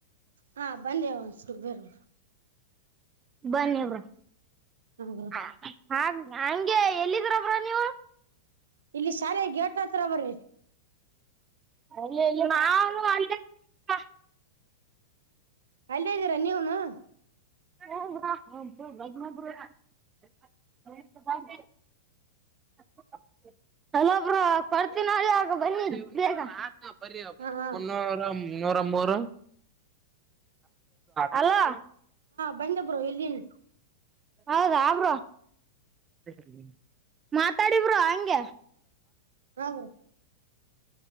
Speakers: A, on the right; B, on the right.
A: ಹಾ ಬಂದಿ ಒಂದಸ ಬೇರು.
B: ಬನ್ನಿ ಬ್ರೋ
A: ಹಾ ಬ್ರೋ
B: ಹಾಗ. ಹಂಗೆ ಎಲ್ಲಿದಿರಿ ಬ್ರೋ ನೀವು.
A: ಇಲ್ಲಿ ಶಾಲೆ ಗೇಟ್ಟ್ಹತ್ರ ಬರ್ರಿ.
B: ಅಲ್ಲೆ ಅಲ್ಲೆ ನಾನು ಅಲ್ಲೇ ನಿಂತೇನ.
A: ಅಲ್ಲೇದೀರಾ ನೀವುನು.
B: ಹ <unintelligible> <inaudible> ಹಲೊ ಬ್ರೋ ಪಾರ್ಚಿನಳಿ ಆಗ ಬನ್ನಿ ಬೇಗ. ಬರಿಮ್ಮ
A: ಹಾ ಹಾ
B: ಮುನ್ನೂರ ನೂರ ಮೂರು. ಹಲೋ.
A: ಬಂದ ಬ್ರೋ ಇಲ್ಲಿನ್.
B: ಹೌದಾ ಬ್ರೋ. <inaudible> ತಡಿ ಬ್ರೋ ಹಂಗೇ.
A: ಹಾ ಬ್ರೋ